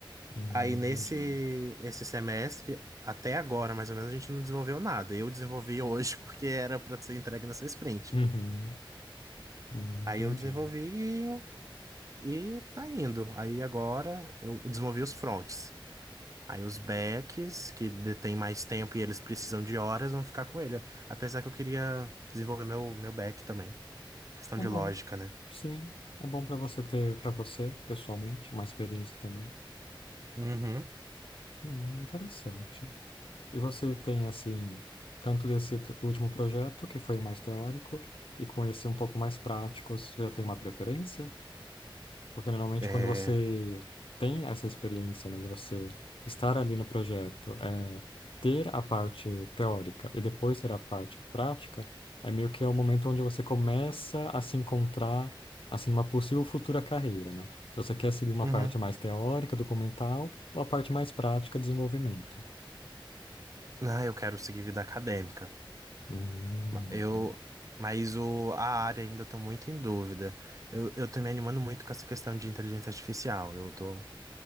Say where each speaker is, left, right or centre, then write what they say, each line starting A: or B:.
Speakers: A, on the left (about 90°); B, on the right (about 40°).
A: Hum,
B: Aí
A: entendi.
B: nesse esse semestre, até agora, mais ou menos, a gente não desenvolveu nada. Eu desenvolvi hoje <laughs> porque era pra ser entregue nessa sprint.
A: Uhum, hum,
B: Aí
A: entendi.
B: eu desenvolvi e, e tá indo. Aí agora eu desenvolvi os fronts. Aí os backs, que detêm mais tempo e eles precisam de horas, vão ficar com ele. Apesar que eu queria desenvolver meu, meu back também. Questão
A: É
B: de
A: bom,
B: lógica, né?
A: sim. É bom para você ter, para você, pessoalmente, uma experiência também.
B: Uhum.
A: Hum, interessante. E você tem, assim, tanto desse pr- último projeto, que foi mais teórico, e com esse um pouco mais prático, você já tem uma preferência? Porque normalmente
B: É...
A: quando você tem essa experiência, né, de você estar ali no projeto, é, ter a parte teórica e depois ter a parte prática, é meio que é o momento onde você começa a se encontrar, assim, uma possível futura carreira, né? Se você quer seguir uma
B: Uhum.
A: parte mais teórica, documental, ou a parte mais prática, desenvolvimento.
B: Ah, eu quero seguir vida acadêmica.
A: Hum,
B: Ma- Eu,
A: entendi.
B: mas o, a área ainda eu tô muito em dúvida. Eu, eu tô me animando muito com essa questão de inteligência artificial. Eu tô,